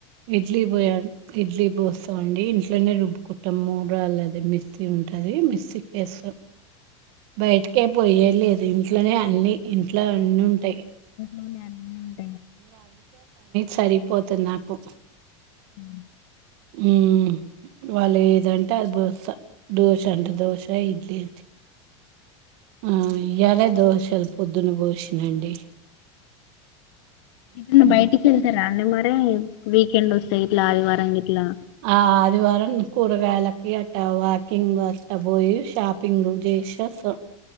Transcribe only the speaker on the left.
అవునా అండీ
అ
ఇటన్న బయటికెల్ తార అండి మరే వీకెండ్ వస్తే గిట్లా ఆదివారంగిట్లా